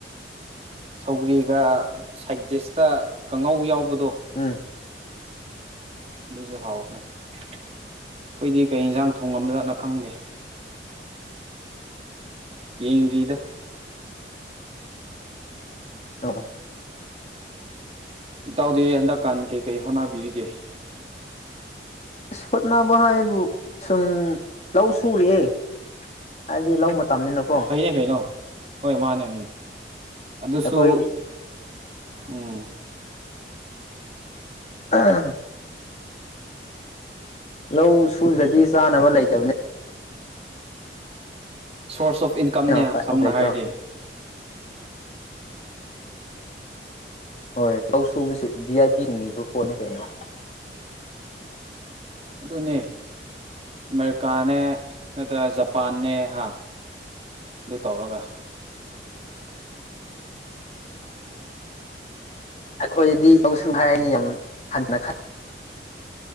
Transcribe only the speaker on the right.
ꯁꯧꯒ꯭ꯔꯤꯒ ꯁꯥꯏꯗꯤꯁꯇ ꯀꯥꯡꯉꯧ ꯌꯥꯎꯕꯗ
ꯑꯗꯨꯁꯨ ꯍꯥꯎꯕꯅꯦ ꯑꯩꯈꯣꯏꯗꯤ ꯀꯩ ꯏꯟꯁꯥꯡ ꯊꯣꯡꯉꯝꯖꯠꯅꯣ ꯈꯪꯗꯦ ꯌꯦꯡꯗ꯭ꯔꯤꯗ
ꯏꯇꯥꯎꯗꯤ ꯍꯟꯗꯛꯀꯥꯟꯒꯤ ꯀꯩ ꯀꯩ ꯍꯣꯠꯅꯕꯤꯔꯤꯒꯦ
ꯐꯩꯌꯦ ꯀꯩꯅꯣ ꯀꯣꯏ ꯃꯥꯅꯦ ꯑꯗꯨꯁꯨ
ꯎꯝ
ꯁꯣꯔꯁ ꯑꯣꯐ ꯏꯟꯀꯝꯅꯦ
ꯁꯝꯅ
ꯍꯥꯏꯔꯗꯤ
ꯑꯗꯨꯅꯦ ꯑꯃꯦꯔꯤꯀꯥꯅꯦ ꯅꯠꯇ꯭ꯔ ꯖꯞ ꯄꯥꯅꯦ ꯍꯥ ꯑꯗꯨ ꯇꯧꯔꯒ